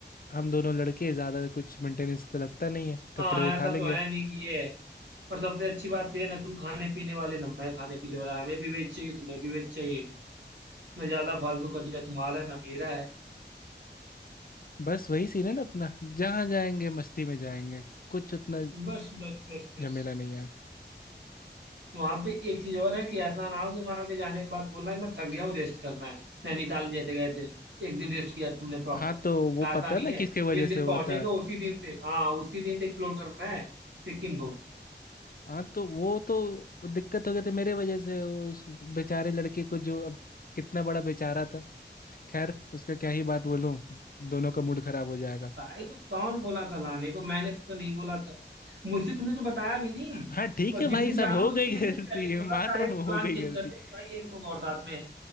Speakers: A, on the left; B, on the right.
A: हम दोनों लड़के ज़्यादा कुछ मेंटेनेंस तो लगता नहीं है कपड़े
B: हाँ
A: उठा
B: ऐसा
A: लेंगे
B: तो है नहीं कि ये और सबसे अच्छी बात ये है ना तुम खाने पीने वाले ना मैं खाने पीने वाला हमें भी वेज चाहिए तुम्हें भी वेज चाहिए ना ज्यादा फालतू खर्चा तुम्हारा है ना मेरा है
A: बस वही सीन है ना अपना जहाँ जाएंगे मस्ती में जाएंगे कुछ उतना
B: बस बस बस बस
A: झमेला नहीं है
B: वहां पे एक चीज और है कि ऐसा ना हो कि वहां के जाने के बाद बोलना कि मैं थक गया हूँ रेस्ट करना है नैनीताल जैसे गए थे एक दिन रेस्ट किया तुमने प्रॉपर
A: हाँ तो वो
B: ऐसा
A: पता
B: नहीं
A: ना
B: है
A: किसके
B: जिस
A: वजह से
B: दिन
A: हुआ
B: पहुंचेंगे
A: था
B: उसी दिन से हाँ उसी दिन से एक्सप्लोर करना है सिक्किम को
A: हाँ तो वो तो दिक्कत हो गई थी मेरे वजह से उस बेचारे लड़के को जो अब कितना बड़ा बेचारा था खैर उसका क्या ही बात बोलूं दोनों का मूड खराब हो जाएगा
B: भाई तो कौन बोला था लाने को मैंने तो नहीं बोला था मुझसे तुमने तो बताया भी नहीं
A: हाँ ठीक
B: ब-
A: है
B: जिस
A: भाई
B: दिन
A: साहब
B: जाना
A: हो
B: था
A: गई
B: उसके एक
A: गलती
B: दिन पहले बोला
A: मैं मान
B: डायरेक्ट
A: रहा हूँ
B: प्लान
A: हो गई
B: चेंज
A: गलती
B: कर दिया कि भाई एक लोग और साथ में है